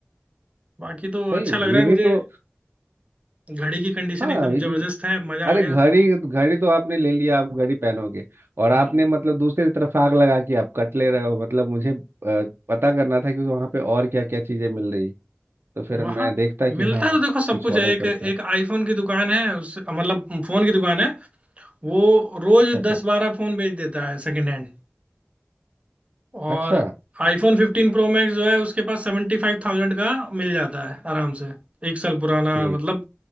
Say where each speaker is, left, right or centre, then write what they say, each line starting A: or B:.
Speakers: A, on the right; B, on the right.
A: बाकी तो
B: सही
A: अच्छा
B: है
A: लग रहा
B: ये भी
A: है मुझे
B: तो
A: घड़ी की कंडीशन
B: हाँ
A: एकदम
B: ये-
A: जबरदस्त है मजा
B: अरे
A: आ
B: घड़ी
A: गया
B: घड़ी तो आपने ले लिया आप घड़ी पहनोगे और आपने
A: हम्म
B: मतलब दूसरी तरफ आग लगा के आप कट ले रहे हो मतलब मुझे अ, पता करना था कि वहाँ पे और क्या क्या चीज़ें मिल रही तो फिर
A: वहां
B: मैं देखता कि
A: मिलता
B: हाँ
A: तो देखो सब
B: कुछ
A: कुछ
B: ऑर्डर
A: है एक
B: करता
A: एक आईफोन की दुकान है उस मतलब फोन की दुकान है वो रोज
B: अच्छा अच्छा
A: दस बारह फोन बेच देता है सेकंड हैंड और
B: अच्छा
A: iPhone 15 प्रो मैक्स जो है उसके पास 75000 का मिल जाता है आराम से एक साल पुराना
B: ओके
A: मतलब